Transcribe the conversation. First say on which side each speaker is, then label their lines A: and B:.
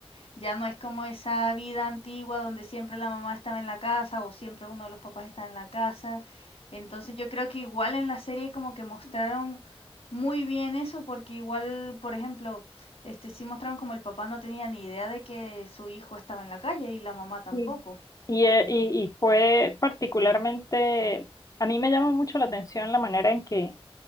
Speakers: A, on the left (about 75°); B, on the left (about 35°).
A: ya no es como esa vida antigua donde siempre la mamá estaba en la casa o siempre uno de los papás está en la casa. Entonces yo creo que igual en la serie como que mostraron muy bien eso, porque igual, por ejemplo, este sí mostraron como el papá no tenía ni idea de que su hijo estaba en la calle y la mamá tampoco.
B: Sí. Y, eh, y, y fue particularmente, a mí me llama mucho la atención la manera en que